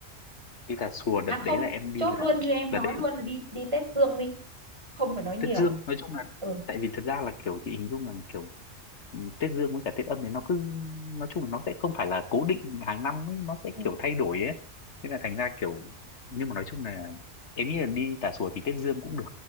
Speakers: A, on the left; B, on the right.
A: đi Tà Xùa đợt
B: À
A: đấy
B: không,
A: là em đi
B: chốt
A: là
B: luôn như em
A: đợt
B: nói
A: đấy
B: luôn là đi đi Tết Dương đi, không phải nói nhiều.
A: Tết Dương nói chung là
B: Ừ,
A: tại vì thật ra là kiểu chị hình dung là kiểu ừ, Tết Dương với cả Tết Âm thì nó cứ nói chung là nó sẽ không phải là cố định hàng năm ấy nó sẽ
B: ừ,
A: kiểu thay đổi ấy nên là thành ra kiểu nhưng mà nói chung là em nghĩ là đi Tà Xùa thì Tết Dương cũng được